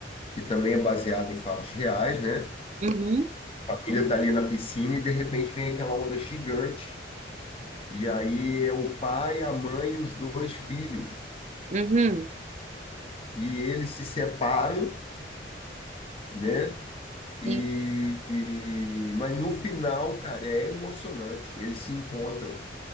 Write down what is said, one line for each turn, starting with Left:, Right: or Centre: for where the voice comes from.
Left: que também é baseado em fatos reais, né?
Right: uhum,
Left: A família está ali na piscina e de repente vem aquela onda gigante. E aí é o pai, a mãe e os dois filhos.
Right: uhum.
Left: E eles se separam né? E,
Right: Sim.
Left: e- mas no final, cara, é emocionante. Eles se encontram